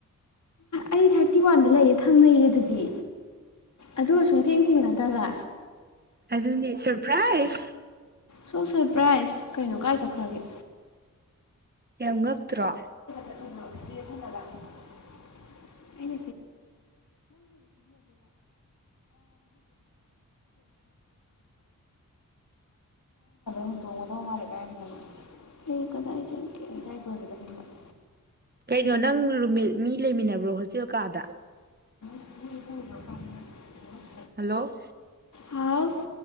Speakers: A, on the left (about 65°); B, on the right (about 30°).
A: ꯑꯩ ꯊꯥꯔꯇꯤ ꯋꯥꯟꯗ ꯂꯩꯌꯦ ꯊꯪꯅꯩꯌꯦ ꯑꯗꯨꯗꯤ ꯑꯗꯨ ꯁꯨꯡꯊꯦꯡ ꯊꯦꯡꯅꯗꯕ
B: ꯑꯗꯨꯅꯦ ꯁꯔꯄ꯭ꯔꯥꯏꯁ
A: ꯁꯣ ꯁꯔꯄ꯭ꯔꯥꯏꯁ ꯀꯩꯅꯣ ꯀꯥꯏ ꯆꯠꯈ꯭ꯔꯒꯦ
B: ꯌꯥꯝ ꯉꯛꯇ꯭ꯔꯣ
A: <unintelligible> <unintelligible> ꯅ ꯍꯥꯏꯕ ꯍꯨ ꯇꯣꯡꯉꯗ ꯃꯥꯔꯦ ꯀꯥꯏꯗꯅꯣꯑꯃꯥ <unintelligible>
B: ꯀꯩꯅꯪ ꯅꯡ <inaudible> ꯃꯏꯗ ꯃꯤ ꯂꯩꯃꯤꯟꯅꯕ꯭ꯔꯣ ꯍꯣꯁꯇꯦꯜ ꯀꯥꯗ
A: <unintelligible>
B: ꯍꯜꯂꯣ
A: ꯍꯥꯎ